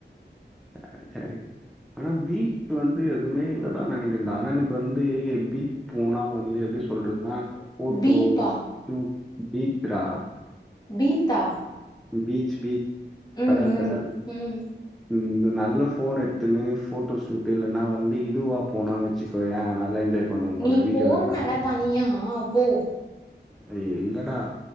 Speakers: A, in the centre; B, on the left.
A: சேரி சேரி பீச் வந்து எதுவுமே இல்லதான் நெனைக்கேடா ஆனா எனக்கு வந்து பீச் போனா வந்து எப்டி சொல்றதுன்னா ஃபோட்டோ
B: பீப்பா
A: டூ பீத்ரா
B: பீத்தா
A: பீச் பீச்
B: ம்
A: கடல்
B: ம்
A: கடல்
B: ம்
A: இந்த நல்ல ஃபோன் எடுத்துன்னு ஃபோட்டோ ஷூட் இல்லன்னா வந்து இதுவா போனா வெச்சிக்கோயே நல்லா என்ஜாய் பண்ணுவோம் போல
B: நீ
A: வீடியோ
B: போனல்ல
A: ரெக்கார்ட்
B: தனியா போ
A: ஏ இல்லடா